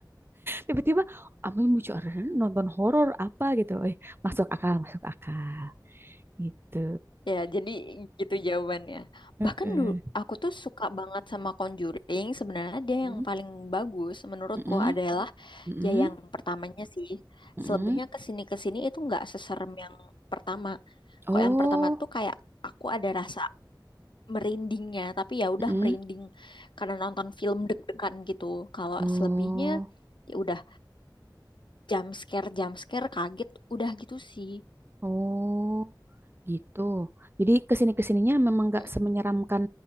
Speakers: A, on the right; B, on the left.
A: tiba-tiba ah, memicu adrenalin nonton horor apa gitu eh masuk akal masuk akal gitu
B: Ya, jadi gitu jawabannya.
A: Heeh.
B: Bahkan dulu aku tuh suka banget sama Conjuring. Sebenarnya dia
A: Mm,
B: yang paling bagus menurutku
A: mm-mm,
B: adalah
A: mm-mm,
B: Ya yang pertamanya sih,
A: mm-mm.
B: selebihnya kesini kesini itu nggak seserem yang pertama.
A: oh
B: Kok yang pertama tuh kayak aku ada rasa merindingnya, tapi ya udah
A: mm-mm.
B: merinding karena nonton film deg-degan gitu. Kalau
A: oh
B: selebihnya ya udah jump scare jump scare kaget udah gitu sih.
A: oh gitu. Jadi kesini-kesininya memang nggak
B: Mm,
A: semenyeramkan